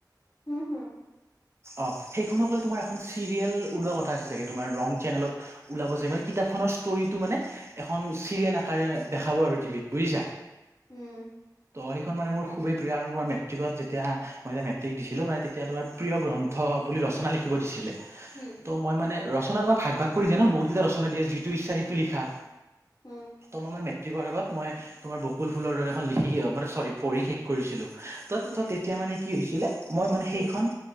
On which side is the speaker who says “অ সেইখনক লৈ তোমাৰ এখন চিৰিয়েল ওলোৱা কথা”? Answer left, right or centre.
Right